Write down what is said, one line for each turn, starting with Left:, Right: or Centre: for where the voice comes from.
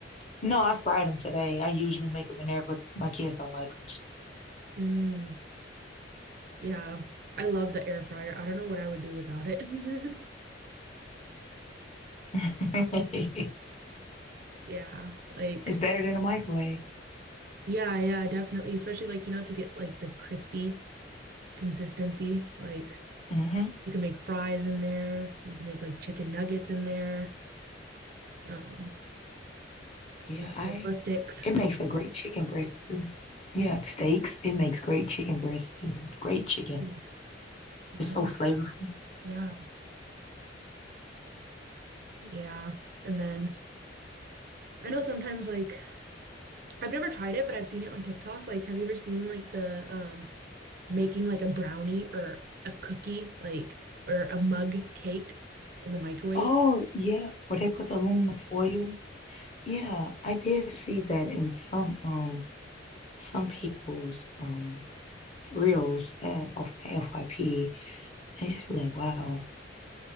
Left: No, I fried them today. I usually make them in there, but my kids don't like them, so
Right: Mm, yeah. I love the air fryer. I don't know what I would do without it. <laughs>
Left: <laughs> it's
Right: Yeah, like
Left: better than a microwave.
Right: Yeah, yeah, definitely. Especially like, you know, to get like the crispy consistency. Like
Left: hmm
Right: you can make fries in there. You can make like chicken nuggets in there. Um,
Left: Yeah,
Right: mozzarella
Left: I.
Right: sticks.
Left: It makes a great chicken breast too. Yeah, steaks. It makes great chicken breast too. Great chicken.
Right: Ooh, nice.
Left: It's so flavorful.
Right: Yeah. Yeah. And then I know sometimes like I've never tried it, but I've seen it on TikTok. Like, have you ever seen like the um making like a brownie or a cookie, like or a mug cake in the microwave?
Left: Oh, yeah, where they put the aluminum foil. Yeah, I did see that in some um some people's um reels uh, of my FYP and just be like, wow.